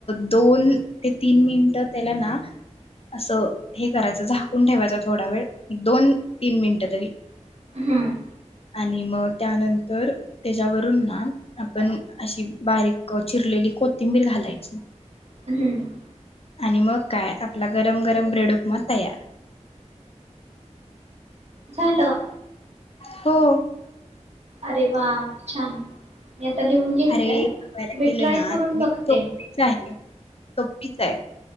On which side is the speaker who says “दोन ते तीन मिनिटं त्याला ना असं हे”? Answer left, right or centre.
Left